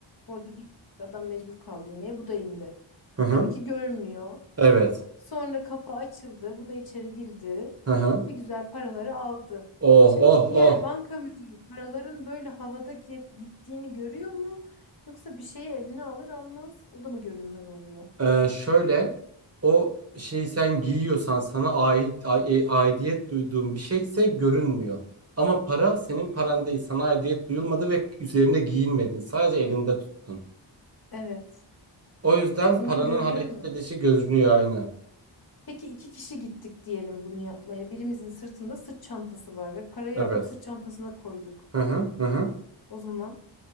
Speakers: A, on the left; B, on the right.
A: Orada bir adam mecbur kaldı inmeye. Bu da indi.
B: Hı hı.
A: Tabii ki görmüyor.
B: Evet.
A: Sonra kapı açıldı. Bu da içeri girdi.
B: Hı hı.
A: Bir güzel paraları aldı.
B: Oh
A: Şimdi
B: oh
A: diğer
B: oh.
A: banka müdürü paraların böyle havada git- gittiğini görüyor mu? Yoksa bir şeyi eline alır almaz o da mı görünmez oluyor?
B: Ee, şöyle o şey sen giyiyorsan sana ait a- e- aidiyet duyduğun bir şeyse görünmüyor. Ama para senin paran değil. Sana aidiyet duyulmadı ve üzerinde giyinmedin. Sadece elinde tuttun.
A: Evet.
B: O yüzden
A: O zaman
B: paranın
A: görülür
B: hareket
A: mü?
B: edişi görünüyor aynen.
A: Peki iki kişi gittik diyelim bunu yapmaya. Birimizin sırtında sırt çantası var ve parayı
B: Evet.
A: alıp sırt çantasına koyduk.
B: Hı hı hı. hı.
A: O zaman